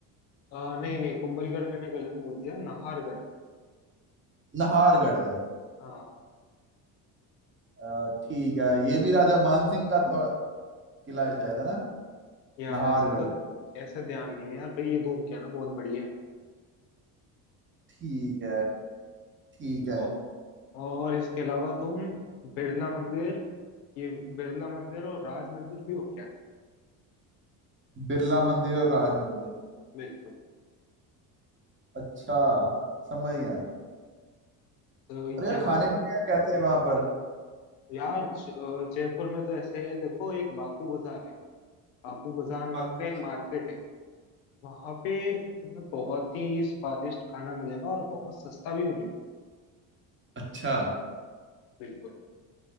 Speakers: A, on the left; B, on the right.
A: आ, नहीं नहीं कुंभलगढ़ मैंने गलत बोल दिया नाहरगढ़
B: नाहरगढ़ है
A: हाँ
B: अ, ठीक है ये भी राजा मान सिंह का थो- किला है शायद है ना
A: यार
B: नाहरगढ़
A: ऐसे तो ऐसे ध्यान नहीं है यार पर ये घूम के आना बहुत बढ़िया है
B: ठीक है ठीक है
A: और और इसके अलावा तुम बिरला मंदिर ये बिरला मंदिर और राज मंदिर भी हो क्या
B: बिरला मंदिर और राज मंदिर
A: बिल्कुल
B: अच्छा समझ गया
A: तो
B: अरे यार
A: यहाँ
B: खाने पीने का कैसे है वहां पर
A: यार ज- अ, जयपुर में तो ऐसे है देखो एक बापू बाजार है बापू बाजार नाम
B: बाकी-
A: का एक मार्केट है वहां पे तुम्हें बहुत ही स्वादिष्ट खाना मिलेगा और बहुत सस्ता भी मिलेगा
B: अच्छा
A: बिल्कुल